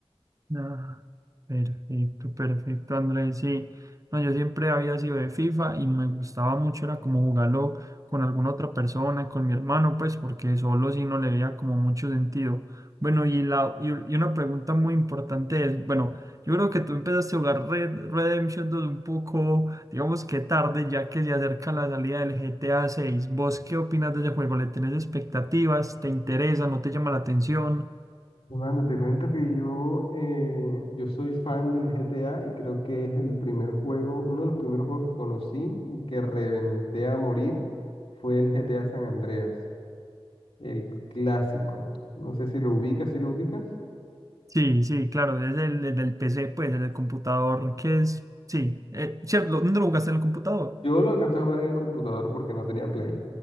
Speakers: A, on the right; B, on the left.
A: Ah, perfecto, perfecto, Andrés. Sí, no, yo siempre había sido de FIFA y me gustaba mucho, era como jugarlo con alguna otra persona, con mi hermano, pues, porque solo sí no le veía como mucho sentido. Bueno, y, la, y, y una pregunta muy importante es, bueno, yo creo que tú empezaste a jugar Red Redemption dos un poco, digamos que tarde, ya que se acerca la salida del GTA seis ¿Vos qué opinas de ese juego? ¿Le tenés expectativas? ¿Te interesa? ¿No te llama la atención?
B: Mano, te cuento que yo, eh, yo soy fan del GTA y creo que es el primer juego, uno de los primeros juegos que conocí y que reventé a morir fue el GTA San Andreas, el clásico. No sé si lo ubicas, si lo ubicas.
A: Sí, sí, claro, desde el, desde el PC, pues, desde el computador, que es, sí, eh, cierto, ¿lo- ¿dónde lo jugaste en el computador?
B: Yo lo alcancé a jugar en el computador porque no tenía Play.